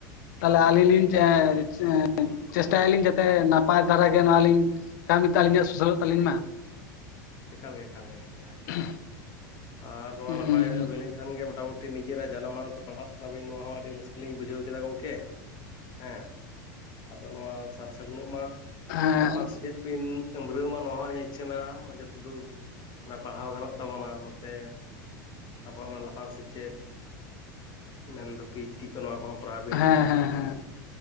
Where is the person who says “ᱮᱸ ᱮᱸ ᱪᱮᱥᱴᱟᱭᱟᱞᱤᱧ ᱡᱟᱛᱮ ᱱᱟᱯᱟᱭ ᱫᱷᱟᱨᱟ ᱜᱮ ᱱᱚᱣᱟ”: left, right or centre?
Left